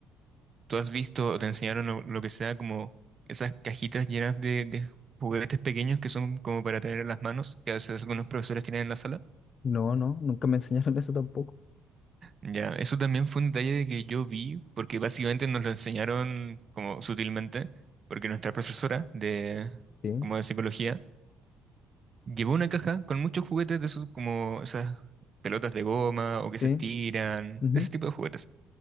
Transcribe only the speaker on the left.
No, no, nunca me enseñaron eso tampoco.
Sí,
sí.
ujú.